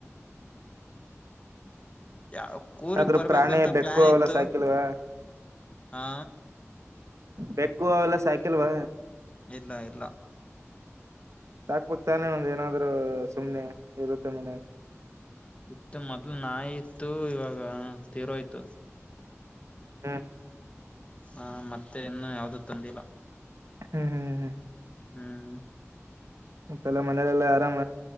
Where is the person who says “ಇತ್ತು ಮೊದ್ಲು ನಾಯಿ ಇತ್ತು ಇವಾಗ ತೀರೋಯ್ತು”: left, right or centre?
Left